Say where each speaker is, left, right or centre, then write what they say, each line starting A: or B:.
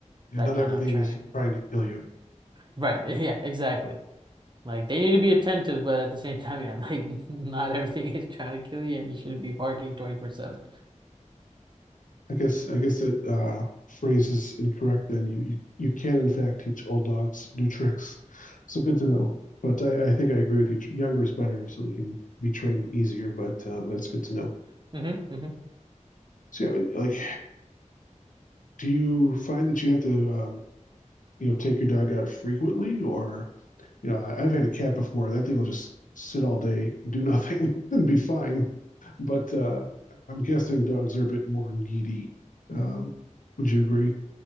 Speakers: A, on the left (about 80°); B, on the right (about 35°).
A: and
B: that
A: not
B: kind
A: everything
B: of training.
A: is trying to kill you.
B: Right. <laughs> Yeah, exactly. Like they need to be attentive, but at the same time, yeah, like <laughs> not everything is trying to kill you, and you shouldn't be barking 24/7.
A: I guess I guess that uh, phrase is incorrect. Then you, you you can in fact teach old dogs new tricks. So good to know. But I, I think I agree with you. Younger is better, so they can be trained easier. But uh, that's good to know.
B: hmm hmm <laughs>
A: So yeah, like, do you find that you have to um, you know take your dog out frequently, or you know I, I've had a cat before. That thing will just sit all day, do nothing, <laughs> and be fine. But uh, I'm guessing dogs are a bit more needy. Um, would you agree?